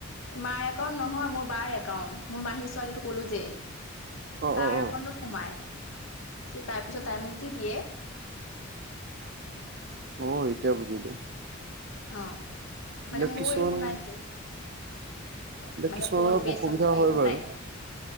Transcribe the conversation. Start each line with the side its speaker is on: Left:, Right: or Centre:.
Left: মাৰ একাউণ্ট নহয় মোৰ বাৰ একাউণ্ট মোৰ মাহী ছোৱালীটো ক'লো যে।
Right: অ',
Left: তাৰ
Right: অ', অ',
Left: একাউণ্টত সোমাই তাৰ পিছত তাই মোক দি দিয়ে।
Right: অ এতিয়া বুজিলো।
Left: অ
Right: এইবিলাক
Left: মানে মোৰ
Right: কিছুমান
Left: এইবোৰ নাই তো।
Right: এইবিলাক
Left: মানে
Right: কিছুমানৰ
Left: ফোন
Right: অলপ
Left: পে
Right: অসুবিধা
Left: চন পে
Right: হয়
Left: এইবোৰ
Right: বাৰু।
Left: নাই